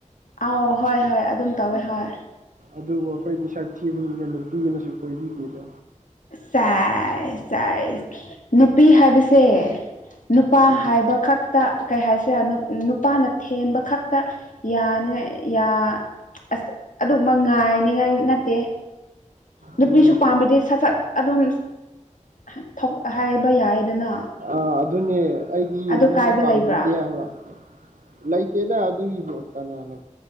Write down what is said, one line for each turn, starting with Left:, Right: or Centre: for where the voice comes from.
Left: ꯑꯥꯎ ꯍꯣꯏ ꯍꯣꯏ ꯑꯗꯨꯝ ꯇꯧꯋꯦ ꯍꯣꯏ
Right: ꯑꯗꯨꯕꯨ ꯑꯩꯈꯣꯏꯗꯤ ꯁꯛ ꯊꯤꯕꯅꯤꯅ ꯅꯨꯄꯤꯒꯅꯁꯨ ꯀꯣꯏꯕꯤꯗꯦꯗꯣ
Left: ꯆꯥꯏ ꯆꯥꯏ ꯅꯨꯄꯤ ꯍꯥꯏꯕꯁꯦ ꯅꯨꯄꯥ
Right: ꯎꯝ
Left: ꯍꯥꯏꯕ ꯈꯛꯇ ꯀꯩ ꯍꯥꯏꯁꯤꯔꯥ ꯅꯨꯄꯥꯅ ꯊꯦꯝꯕ ꯈꯛꯇ ꯌꯥ ꯥꯏ ꯌꯥ ꯑꯁ ꯑꯗꯨꯃ ꯉꯥꯏꯅꯤꯉꯥꯏ ꯅꯠꯇꯦ ꯅꯨꯄꯤꯁꯨ
Right: ꯎꯝ
Left: ꯄꯥꯝꯗꯗꯤ ꯁꯠ ꯁꯠ ꯑꯗꯨꯝ ꯑꯍ ꯊꯣꯛ ꯍꯥꯏꯕ ꯌꯥꯏꯗꯅ
Right: ꯑ ꯑꯗꯨꯅꯦ ꯑꯩꯗꯤ
Left: ꯑꯗꯨ
Right: ꯃꯤꯅ
Left: ꯀꯥꯏꯕ
Right: ꯄꯥꯝꯕꯤꯗꯦ
Left: ꯂꯩꯕ꯭ꯔꯥ
Right: ꯍꯥꯏꯕꯥ ꯂꯩ ꯇꯦꯗ ꯑꯗꯨꯒꯤꯕꫭ ꯀꯅꯅꯥ